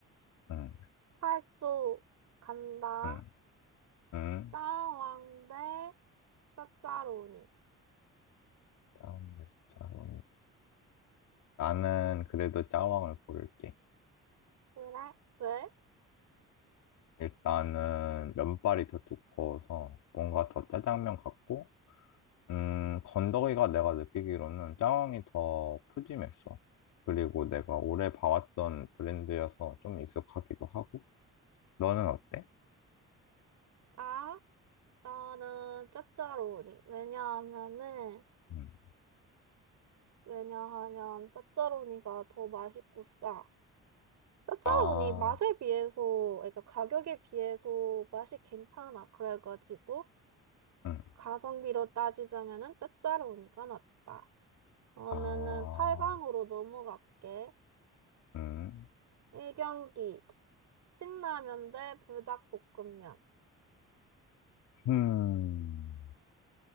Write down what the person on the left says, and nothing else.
응,
응, 응.
짜왕 네스짜로니 나는 그래도 짜왕을 고를게.
일단은 면발이 더 두꺼워서 뭔가 더 짜장면 같고 음, 건더기가 내가 느끼기로는 짜왕이 더 푸짐했어. 그리고 내가 오래 봐왔던 브랜드여서 좀 익숙하기도 하고. 너는 어때?
음.
아,
음.
아,
음.
음.